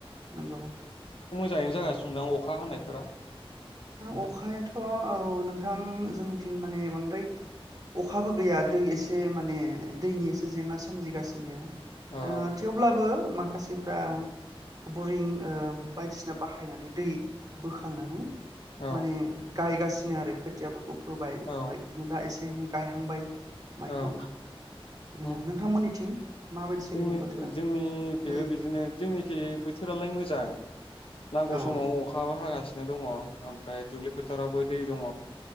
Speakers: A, on the right (about 40°); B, on the left (about 65°).
A: नोंगौ
B: जाङैनो जागासिनदां अखा हानायफोरा? नोंथां?
A: ओ अखाायथ' थ' औ नोंथां जोंनिथिं माने बांद्राय अखाबो गैया दै एसे माने दैनि एसे जेंना सोमजिगासिनो ओ
B: औ
A: थेवब्लाबो माखासे फ्रा बरिं ओ बायदिसिना बाहायनानै दै बोखांनानै
B: औ
A: माने गायगासि सिनो आरो खाथियाफोर खौ फोबाय ओमफ्राय
B: औ
A: बिदिनो दा एसे से एनै गायहांबाय माइखौबो
B: औ उम
A: बिदिनो
B: उम
A: नोंथांमोननिथिं? माबायदि सोलिदों
B: जोंनि
A: बोथोरा
B: जोंनिखिबो
A: दैफोर
B: बिदिनो जोंनिखि बोथोरालाय मोजां नांगौ
A: औ
B: समाव
A: औ
B: अखाबो हागासि नो दङ ओम फ्राय दुब्लि फोथारावबो दै दङ